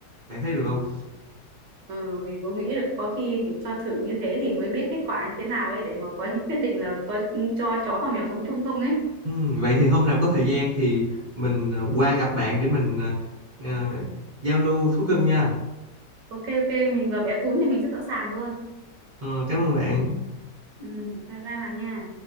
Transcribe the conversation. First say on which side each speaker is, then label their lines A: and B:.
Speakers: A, on the right; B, on the right.
A: bạn thấy được không?
B: Ừ. Ờ, mình cũng nghĩ được có khi phải cho thử như thế thì mới biết kết quả như thế nào ấy để mà có những quyết định là có cho chó và mèo sống chung không ấy
A: Ừm, vậy thì hôm nào có thời gian thì mình ờ, qua gặp bạn để mình ờ, ờ, giao lưu thú cưng nha.
B: ok ok mình và bé cún thì mình rất sẵn sàng luôn
A: Ờ, cảm ơn bạn.
B: ừ, bye bye bạn nha